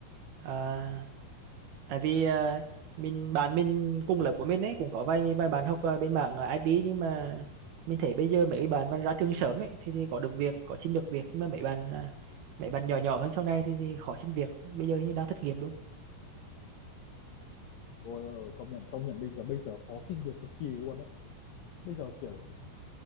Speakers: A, on the right; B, on the left.
A: À, tại vì à, mình bạn mình cùng lớp của mình ấy cũng có vài vài bạn học à, bên mảng à, IT nhưng mà mình thấy bây giờ mấy bạn mà ra trường sớm ấy thì, thì có được việc, có xin được việc nhưng mà mấy bạn à, mấy bạn nhỏ nhỏ hơn sau này thì, thì khó xin việc. Bây giờ hình như đang thất nghiệp luôn.
B: Ôi, ờ, công nhận công nhận bây giờ bây giờ khó xin việc cực kỳ luôn đấy bây giờ kiểu